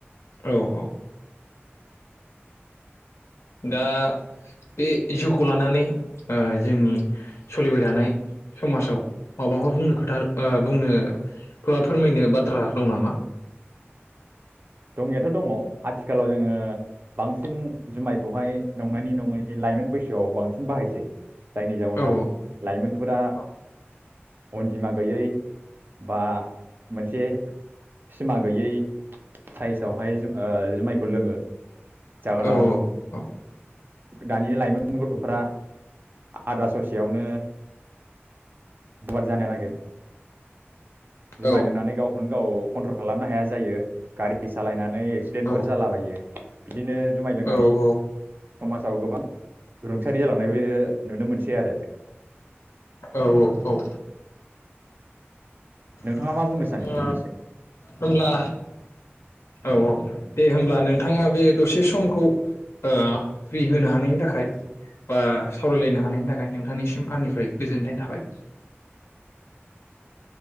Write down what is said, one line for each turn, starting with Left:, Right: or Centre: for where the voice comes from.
Left: औ औ दा बे जिउखौ लानानै ओ जोंनि सलिबाय थानाय समाजाव माबाफोर बुंनो खोथा बुंनो बा फोरमायनो बाथ्रा दं नामा?
Right: दंनायाथ' दङ'। आथिखालाव जोङो बांसिन जुमायखौहाय नंनायनि नङैनि लाइमोन बैसोआव बांसिन बाहायसै। जायनि जाउनाव
Left: औ
Right: लाइमोनफोरा
Left: औ
Right: अनजिमा गैयै बा मोनसे सिमा गैयै साइसावहाय ओ जुमायखौ लोङो। जाहोनाव
Left: औ औ
Right: दानि लाइमोन गथ'फ्रा आद्रा ससेयावनो <inaudible> जानाया लागै। जुमाय
Left: औ
Right: लोंनानै गावखौनो गाव कन्ट्रल खालामनो हाया जायो। गारि सालायना नै एक्सिडेन्टफोर
Left: औ
Right: जालाबायो। बिदिनो जुमाय लोंनानै
Left: औ
Right: समाज आव गोबां रुंसारि जालांनायबो नुनो मोनसै आरो
Left: औ औ औ।
Right: नोंथाङा
Left: अ
Right: मा बुंनो सानो बेनि
Left: होमब्ला औ औ दे होमब्ला नोंथाङा बे दसे समखौ ओ फ्रि होनो हानायनि थाखाय बा सावरायलायनो हानायनि थाखाय नोंथांनिसिम आंनिफ्राय गोजोननाय थाबाय।